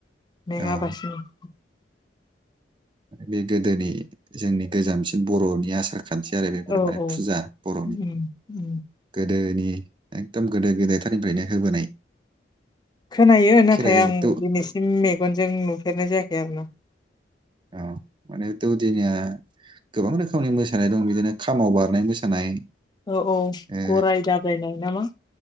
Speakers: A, on the left; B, on the right.
A: मेङाबासिनो
B: औ बे गोदोनि जोंनि गोजामसिन बर'नि आसार खान्थि आरो बेफोरो
A: औ
B: माने
A: औ
B: फुजा बर'नि
A: उम उम
B: गोदोनि एकदम गोदो गोदायथारनिफ्रायनो होबोनाय
A: खोनायो नाथाय
B: खेराइ
A: आं
B: दौ
A: दिनैसिम मेगनजों नुफेरनाय जायाखै आरो ना
B: औ माने दौदिनिया गोबां रोखोमनि मोसानाय दं बिदिनो खामाव बारनाय मोसानाय
A: औ औ
B: ओ
A: गराय दाब्रायनाय नामा?